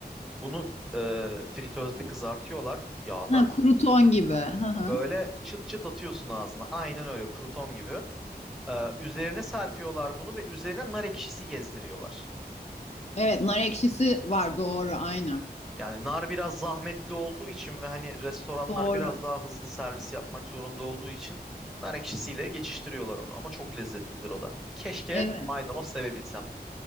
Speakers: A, in the centre; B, on the left.
A: Bunu e, fritözde kızartıyorlar yağda.
B: Ha, kuru ton gibi. Hı hı.
A: Böyle çıt çıt atıyorsun ağzına. Aynen öyle kruton gibi. E, üzerine serpiyorlar bunu ve üzerine nar ekşisi gezdiriyorlar.
B: Evet, nar ekşisi var doğru aynen.
A: Yani nar biraz zahmetli olduğu için ve hani restoranlar
B: Doğru.
A: biraz daha hızlı servis yapmak zorunda olduğu için nar ekşisiyle geçiştiriyorlar onu ama çok lezzetlidir o da. Keşke
B: Evet.
A: maydanoz sevebilsem.